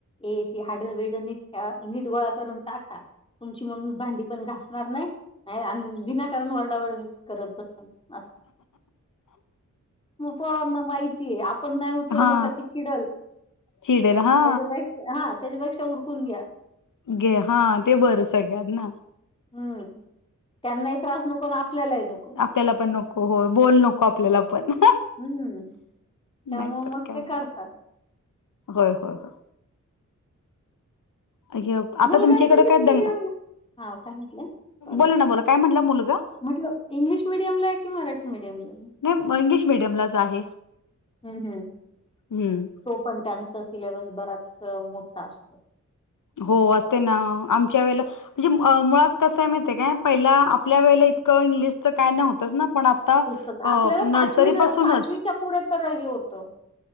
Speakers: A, on the left; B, on the left.
A: ए ती हाडं बीडं निट ठेवा, निट गोळा करून टाका. तुमची मम्मी भांडी पण घासती. करणार नाही, नाही आणि विनाकारण वरडावरड करत बसतात असं मग पोरांना माहितीये, आपण नाही उचललं
B: हा
A: का ती चिडल
B: चिडेल हा
A: <unintelligible> हा, त्याच्यापेक्षा उरकून घ्या.
B: घे हा! ते बरं सगळ्यात ना.
A: हं, त्यांनाही त्रास नको आणि आपल्यालाही नको.
B: त्याला पण नको होय, बोल नको आपल्याला पण...
A: हम्म. त्यामुळे
B: नाही तर
A: मग
B: काय?
A: ते करतात.
B: होय होय होय. आ.. ए.. ब आता
A: मुलगा
B: तुमच्याकडे
A: इंग्लिश
B: काय दंग..........,
A: मीडियमला हां, काय म्हटलं? सॉरी.
B: बोला ना बोला काय म्हटला मुलगा?
A: म्हटलं इंग्लिश मिडियमला आहे की, मराठी मिडियमला आहे?
B: नाही इंग्लिश मिडियमलाच आहे.
A: हम्म हम्,
B: हम्म.
A: तो पण त्यांचा सिलॅबस बराच मोठा असतो.
B: हो, असते ना. आमच्या वेळेला म्हणजे मुळात कसंय माहिती आहे का, पहिला आपल्या वेळेला इतकं इंग्लिशचं काय नव्हतं. तेच ना, पण आता
A: चं आपल्याला
B: नर्सरी
A: न
B: पासूनच
A: पुढे तर हे होतं.